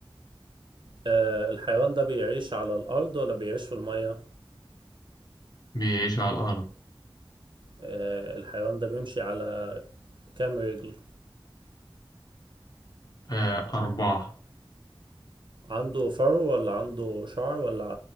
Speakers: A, on the right; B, on the left.
A: آه الحيوان ده بيعيش على الأرض ولا بيعيش في المية
B: بيعيش على الأرض
A: آه الحيوان ده بيمشي على كام رجل
B: آه أربعة
A: عنده فرو ولا عنده شعر ولا